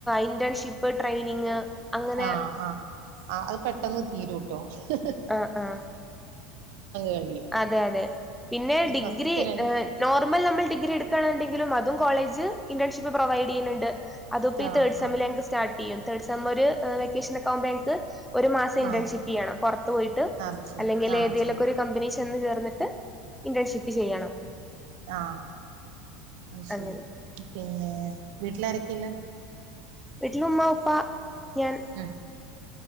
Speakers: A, in the centre; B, on the right.
A: ഇന്റേൺഷിപ്പ് ട്രെയിനിങ് അങ്ങനെ
B: ആ ആ ആ അയ് പെട്ടെന്ന് തീരൂട്ടോ ഹ് ഹ് ഹ്
A: ആ ആ
B: കഴിയും
A: അതെ അതെ പിന്നെ
B: ഈ
A: ഡിഗ്രി
B: ഫസ്റ്റ്ത്തെ രണ്ട്
A: നോർമൽ നമ്മൾ ഡിഗ്രി എടുക്ക ക്കാണ്ന്ന് ണ്ടെങ്കിലും അതും കോളേജ് ഇന്റർൺഷിപ്പ് പ്രൊവൈഡ് യ്യുന്നുണ്ട് അതിപ്പോ ഈ
B: ആഹ്
A: തേഡ് സെമ്മില്
B: ആഹ്
A: ഞങ്ങക്ക് സ്റ്റാർട്ട് യ്യും തേർഡ് സെമ്മ് ഒര് വെക്കേഷൻക്കാവുമ്പോ ഞങ്ങ്ക്ക് ഒരു മാസം ഇന്റേൺഷിപ്പ്
B: ആഹ്
A: യ്യണം പൊ റത്ത് പോയിട്ട്
B: അത് ശരി
A: അല്ലെങ്കിൽ
B: ആഹ്
A: ഏതെലൊക്കെ
B: ചെയ്യണം
A: ഒരു കമ്പനി ചെ ചെന്ന് ചേർന്നിട്ട് ഇന്റേൺഷിപ്പ് ചെയ്യണം
B: ആ അയ് ശരി
A: അങ്ങനെ.
B: പിന്നെ വീട്ടിലാരെ ക്കില്ലെ
A: വീട്ടില് ഉമ്മ ഉപ്പാ ഞാൻ
B: ഉം